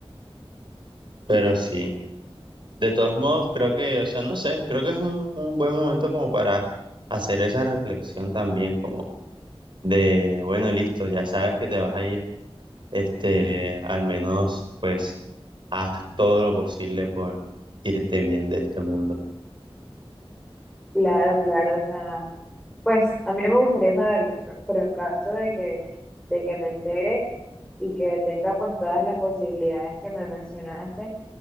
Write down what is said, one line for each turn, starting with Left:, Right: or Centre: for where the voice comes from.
Right: Pero sí, de todos modos, creo que, o sea, no sé, creo que es un, un buen momento como para hacer esa reflexión también, como de, bueno, listo, ya sabes que te vas a ir, este, al menos, pues haz todo lo posible por irte bien de este mundo.
Centre: Claro, claro. O sea, Pues a mí no me gustaría saberlo, pe- pero en caso de que, de que me entere y que tenga pues todas las posibilidades que me mencionaste,